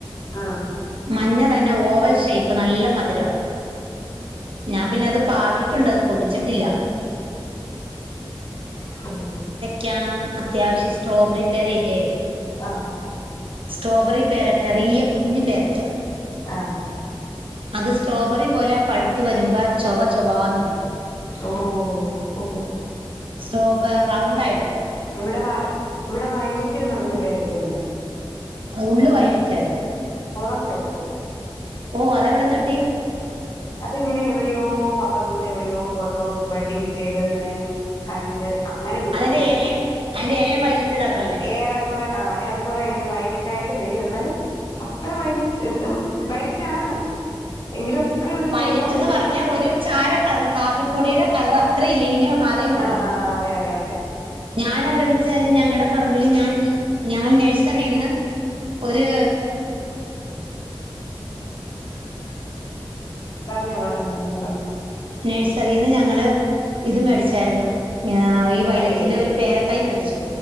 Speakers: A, on the left; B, on the right.
A: ഉം
B: മഞ്ഞ തന്നെ ഓവൽ ഷേപ്പ് നല്ല മധുരാ ഞാൻ പിന്നെ അത് പാവിട്ടുണ്ട് അത് പൊടിച്ചിട്ടില്ല
A: <inaudible>
B: ക്യാ അത്യാവിശ്യ സ്ട്രോബെറി പെരയില്ലേ
A: ആ
B: സ്ട്രോബെറി പേര ചെറിയ കുഞ്ഞ് പേരക്കൃ
A: ആ
B: അത് സ്ട്രോബെറി പോലെ പഴുത്ത് വെരുമ്പോ ചൊക ചൊകാന്നിരിക്കും
A: ഓ ഹൊ ഹൊ
B: സ്റ്റോബ റൗണ്ടായിട്ട്
A: ഇവിടെ വയ് ഇവിടെ വയ്ലറ്റ് നിറഞ്ഞ പേരെക്കെയുണ്ട്
B: ഉള്ള് വയലറ്റ്
A: പൊറം വയിലറ്റ്
B: ഓ അതെവിടെന്നട്ടി
A: അതിങ്ങനെ എവിടെയോ പപ്പ ദൂരെ വിടെയോ പോയപ്പോ ബെഡ്ഡിങ് ചെയ്തത് ങ്ങനെ കണ്ട് അങ്ങനെ മേടിച്ചതാ
B: അതിന്റെ എലയും അയിന്റെ എലയും വൈലറ്റ് കളറല്ലേ
A: ഏറെക്കൊറെ ആ ഏറെക്കൊറെ അയിൻ്റെ വൈലറ്റായിട്ട് വെരും എന്നാലും അത്ര വയലറ്റ് <unintelligible> വയലറ്റാണ് എങ്കിലും അത്ര ഒരു
B: വയലറ്റ്
A: ഇത് പറയ്ല്
B: എന്ന് പറഞ്ഞ ഒരു ചാര കളർ കാപ്പിപ്പൊടിയുടെ കളർ അത്ര ഇല്ലെങ്കിലും ആതേ മോഡല്
A: ആഹ് അതെ അതെ അതെ അതെ
B: ഞാനതെന്താച്ചച ഞങ്ങള്ടെ പറമ്പിൽ ഞാൻ ഞങ്ങൾ നേഴ്സറീന്ന് ഒര്
A: പറഞ്ഞോ പറഞ്ഞോ പറഞ്ഞോ പറഞ്ഞോ
B: നേഴ്സറിന്ന് ഞങ്ങള് ഇത് മേടിച്ചായിരുന്നു ഏഹ് ഈ വൈലറ്റിന്റെ
A: അയ്യോ
B: ഒരു പേരതൈ മേടിച്ചു